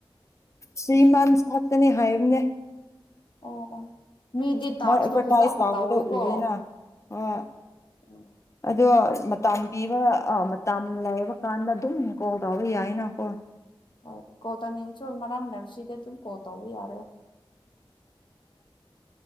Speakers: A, on the left; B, on the left.
A: ꯊ꯭ꯔꯤ
B: ꯑꯩꯁꯨ
A: ꯃꯟꯁ ꯈꯛꯇꯅꯦ ꯍꯥꯏꯌꯥꯏꯕꯅꯦ
B: ꯑꯣ ꯑꯣ ꯃꯤꯗꯤ ꯇꯥꯛꯁꯇꯣ
A: ꯃꯣꯏ ꯑꯦꯗꯚꯔꯇꯥꯏꯁ
B: ꯐꯖꯅ
A: ꯇꯧꯕꯗꯣ
B: ꯇꯧꯋꯦꯀꯣ
A: ꯎꯋꯦꯅ ꯍꯣꯏ
B: ꯎꯝ
A: ꯑꯗꯣ ꯃꯇꯝ ꯄꯤꯕ ꯑꯥ ꯃꯇꯝ ꯂꯩꯕ ꯀꯥꯟꯗ ꯑꯗꯨꯝ ꯀꯣꯜ ꯇꯧꯕ ꯌꯥꯏꯅꯀꯣ
B: ꯍꫭꯏ ꯀꯣꯜꯇꯧꯅꯥꯡ ꯉꯁꯨ ꯃꯔꯝꯂꯩꯔꯁꯨ ꯁꯤꯗ ꯑꯗꯨꯝ ꯀꯣꯜ ꯇꯧꯕ ꯌꯥꯔꯦ